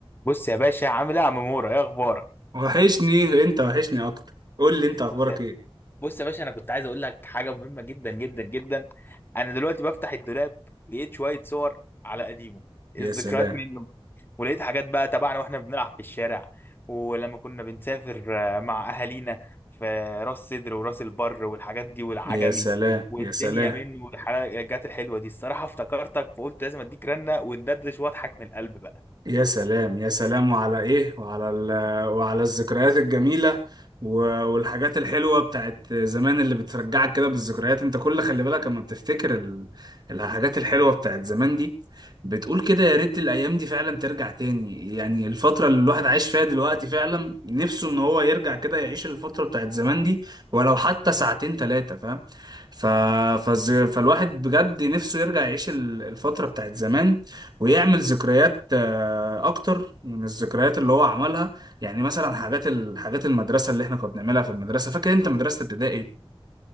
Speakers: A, on the left (about 20°); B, on the right (about 45°).
A: بص يا باشا عامل ايه يا عم مورا ايه اخبارك
B: وحشني انت وحشني اكتر قول لي انت اخبارك
A: بص يا
B: ايه
A: بص يا باشا انا كنت عايز اقول لك حاجه مهمه جدا جدا جدا انا دلوقتي بفتح الدولاب لقيت شويه صور على قديمه الذكريات
B: يا سلام
A: منه ولقيت حاجات بقى تبعنا واحنا بنلعب في الشارع ولما كنا بنسافر آه، مع اهالينا في راس سدر وراس البر والحاجات دي والعجمي
B: يا سلام
A: والدنيا
B: يا سلام
A: منه والحاجات الحلوه دي الصراحه افتكرتك فقلت لازم اديك رنه وندردش واضحك من القلب بقى
B: يا سلام يا سلام وعلى ايه وعلى ال وعلى الذكريات الجميلة و- والحاجات الحلوة بتاعت زمان اللي بترجعك كده بالذكريات انت كل خلي بالك اما بتفتكر ال- الحاجات الحلوة بتاعت زمان دي بتقول كده يا ريت الايام دي فعلا ترجع تاني يعني الفترة اللي الواحد عايش فيها دلوقتي فعلا نفسه ان هو يرجع كده يعيش الفترة بتاعت زمان دي ولو حتى ساعتين تلاتة فاهم ف... فالز- فالواحد بجد نفسه يرجع يعيش ال- الفترة بتاعت زمان ويعمل ذكريات آه، اكتر من الذكريات اللي هو عملها يعني مثلا حاجات ال- حاجات المدرسه اللي احنا كنا بنعملها في المدرسه فاكر انت مدرسه ابتدائي